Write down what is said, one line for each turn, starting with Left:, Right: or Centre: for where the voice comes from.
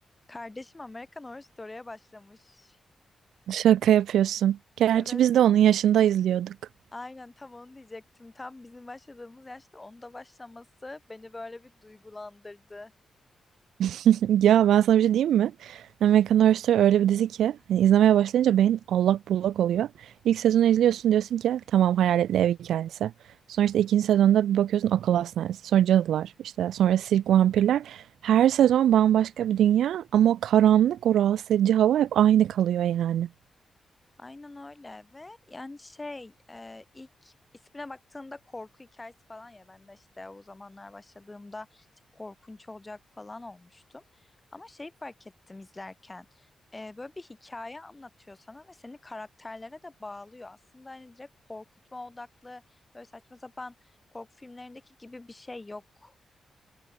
Left: Kardeşim American Horror Story'e başlamış.
Right: Şaka yapıyorsun. Gerçi
Left: Evet,
Right: biz de onun yaşında izliyorduk.
Left: aynen tam onu diyecektim. Tam bizim başladığımız yaşta onu da başlaması beni böyle bir duygulandırdı.
Right: <laughs> Ya ben sana bir şey diyeyim mi? American Horror Story öyle bir dizi ki hani izlemeye başlayınca beyin allak bullak oluyor. İlk sezonu izliyorsun diyorsun ki tamam hayaletli ev hikayesi. Sonra işte ikinci sezonda bir bakıyorsun akıl hastanesi. Sonra cadılar işte sonra sirk vampirler. Her sezon bambaşka bir dünya ama o karanlık o rahatsız edici hava hep aynı kalıyor yani.
Left: Aynen öyle ve yani şey e, ilk ismine baktığımda korku hikayesi falan ya ben de işte o zamanlar başladığımda işte korkunç olacak falan olmuştum. Ama şey fark ettim izlerken e, böyle bir hikaye anlatıyor sana ve seni karakterlere de bağlıyor. Aslında hani direkt korkutma odaklı böyle saçma sapan korku filmlerindeki gibi bir şey yok.